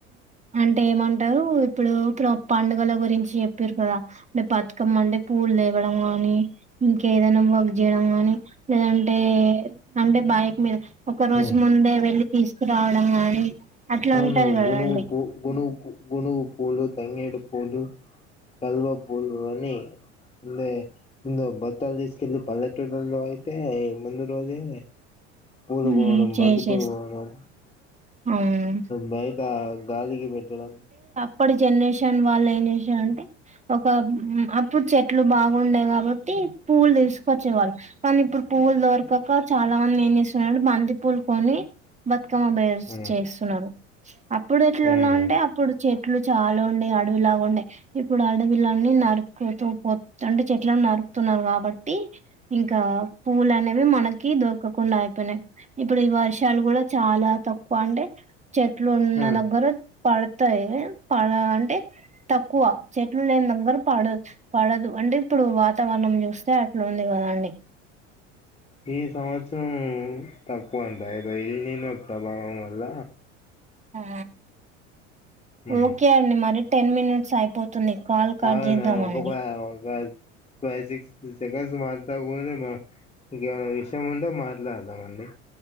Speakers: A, on the right (about 20°); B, on the left (about 15°).
A: అంటే ఏమంటారు ఇప్పుడు ప్రొ పండుగల గురించి చెప్పారు కదా బతుకమ్మ అంటే పూలు లేవ్వడం గానీ ఇంకేదైనా వర్క్ జేయడం గానీ లేదంటే అంటే సన్డే బయక్ మీద ఒక రోజు
B: ఆ,
A: ముందే వెళ్ళి తీసుకురావడం గానీ అట్లా
B: అవును
A: ఉంటాయ్ కదండి
B: గునుగు పూ గునుగు పూ గునుగు పూలు తంగేడు పూలు కల్వ పూలు అనీ అందే ముందు బత్తాలు తీస్కెలి పల్లెటూళ్లలో అయితే ముందు రోజే పూలగోణం
A: ఉమ్, చేసేస్
B: బంతిపువ్వు గోణం
A: అవును
B: బయట గాలికి పెట్టడం
A: ఇప్పటి జనరేషన్ వాళ్ళు ఏం జేసారంటే ఒక అప్పుడు చెట్లు బాగుండేయి కాబట్టి పువ్వులు తీసుకొచ్చేవాళ్ళు కానీ ఇప్పుడు పువ్వులు దొరకక చాలా మంది ఏం చేస్తున్నరంటే బంతి పూలు కొని బ కమ బేర్స్
B: హ్మ్
A: చేస్తున్నారు అప్పుడు ఎట్ల
B: హ్మ్
A: ఉన్నా అంటే అప్పుడు చె చెట్లు చాలా ఉండే అడవిలాగా ఉండే ఇప్పుడు అడవిలన్నీ నరుకుతూ పోత్ అంటే చెట్ల నరుక్ తున్నారు కాబట్టి ఇంకా పూలు అనేవి మనకి దొరకకుండా పినే ఇప్పుడు ఈ వర్షాలు కూడా చాలా తక్కువ అంటే చెట్లు ఉన్న
B: హ
A: దగ్గర పడ తాయే పడ అంటే తక్కువ చెట్లు లేని దగ్గర పడ పడదు అంటే ఇప్పుడు ఇప్పుడు వాతావరణం చూస్తే అట్లు ఉంది కదండి
B: <inaudible> ఈ సంవత్సరం తక్కువ అండి అయిన ఈనిన ప్రభావం వల్ల
A: ఆ
B: హ్మ్
A: ఓకే అండి మరి టెన్ మినిట్స్ అయిపో తుంది కాల్ కట్
B: అవును
A: చేద్దామండి
B: ఒక ఫై ఒక ఫైవ్ సిక్స్ సెకండ్స్ మాట్లాడ్కోలేమ ఇంకేమైనా విషయం ఉంటే మాట్లాడదామండి